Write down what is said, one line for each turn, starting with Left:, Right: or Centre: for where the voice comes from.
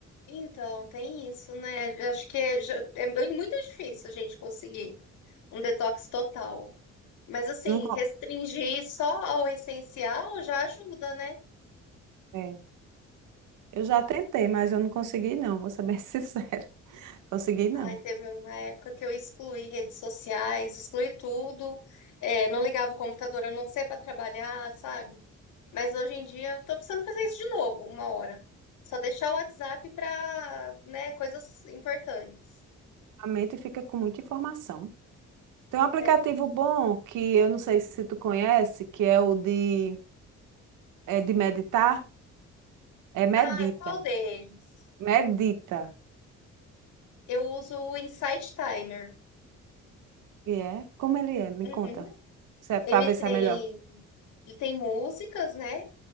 Left: Então, tem isso, né? Eu Acho que é, já- é bem- muito difícil a gente conseguir um detox total. Mas assim,
Right: Não, con-
Left: restringir só ao essencial já ajuda, né?
Right: é. Eu já tentei, mas eu não consegui, não, vou ser bem <laughs> sincero. Consegui, não.
Left: Ai, teve uma época que eu excluí redes sociais, excluí tudo, é, não ligava o computador a não ser para trabalhar, sabe? Mas hoje em dia eu tô precisando fazer isso de novo, uma hora. Só deixar o WhatsApp para, né, coisas importantes.
Right: A mente fica com muita informação. Tem um aplicativo
Left: É.
Right: bom que eu não sei se tu conhece, que é o de, é de meditar. É
Left: Ah,
Right: Medita.
Left: qual deles?
Right: Medita.
Left: Eu uso o Insight Timer.
Right: E é? Como ele é? Me
Left: Uhum.
Right: conta.
Left: Ele
Right: Para ver
Left: tem,
Right: se é melhor.
Left: ele tem músicas, né?